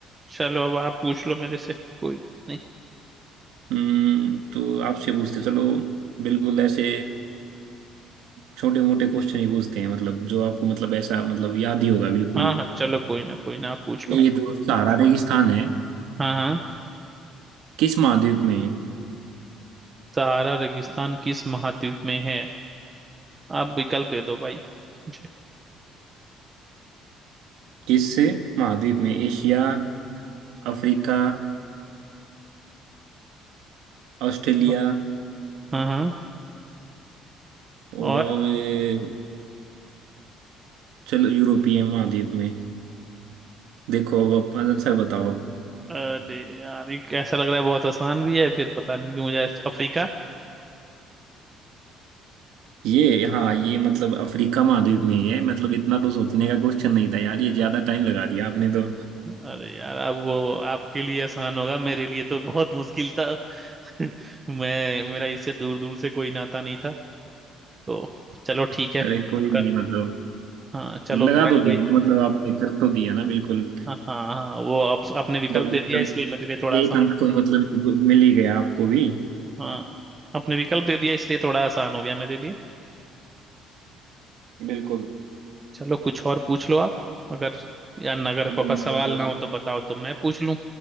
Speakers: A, on the right (about 20°); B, on the right (about 80°).
A: चलो अब आप पूछ लो मेरे से कोई बात नहीं
B: हम्म तो आपसे पूछते चलो बिल्कुल ऐसे छोटे मोटे क्वेश्चन ही पूछते हैं मतलब जो आपको मतलब ऐसा मतलब याद ही होगा बिल्कुल
A: हाँ
B: ही।
A: हाँ चलो कोई ना कोई ना आप पूछ लो
B: ये जो सहारा रेगिस्तान है
A: हाँ हाँ
B: किस महाद्वीप में है
A: सहारा रेगिस्तान किस महाद्वीप में है आप विकल्प दे दो भाई मुझे
B: किस महाद्वीप में एशिया अफ्रीका ऑस्ट्रेलिया
A: ब- हाँ हाँ
B: और
A: और
B: ए, चलो यूरोपीय महाद्वीप में देखो अब आप आंसर बताओ अब
A: अरे यार ये कैसा लग रहा है बहुत आसान भी है फिर पता नहीं कि मुझे अफ्रीका
B: ये हाँ ये मतलब अफ्रीका महाद्वीप में ही है मतलब इतना तो सोचने का क्वेश्चन नहीं था यार ये ज्यादा टाइम लगा दिया आपने तो
A: अरे यार अब वो आपके लिए आसान होगा मेरे लिए तो बहुत मुश्किल था <laughs> मैं मेरा इससे दूर दूर से कोई नाता नहीं था तो चलो ठीक है
B: अरे कोई
A: तू
B: नहीं
A: कर
B: मतलब
A: हाँ चलो
B: लगा
A: मैं
B: तो दिया
A: वही
B: मतलब आपने कर तो दिया ना बिल्कुल
A: हाँ हाँ हाँ वो आप, आपने विकल्प
B: मतलब
A: दे
B: एक
A: दिया
B: अंक
A: इसलिए मेरे लिए थोड़ा आसान
B: एक अंक
A: हो
B: तो मतलब मिल ही गया आपको भी
A: गया। हाँ आपने विकल्प दे दिया इसलिए थोड़ा आसान हो गया मेरे लिए
B: बिल्कुल
A: चलो कुछ और पूछ लो आप अगर या न- अगर
B: तो
A: पापा
B: मतलब
A: सवाल ना हो तो बताओ तो मैं पूछ लूं